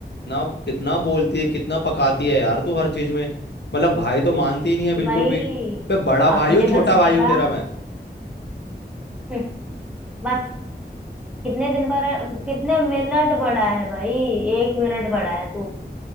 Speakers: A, on the left; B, in the centre.
A: ना कितना बोलती है कितना पकाती है यार तू हर चीज में मतलब भाई तो मानती ही नहीं है
B: कि
A: बिल्कुल
B: भाई
A: भी मैं बड़ा
B: अपने
A: भाई हूँ छोटा
B: बचने
A: भाई हूँ
B: का
A: तेरा
B: <laughs>
A: मैं
B: हम्म, बस कितने दिन पर कितने मिनट बढ़ा है भाई एक मिनट बढ़ा है तू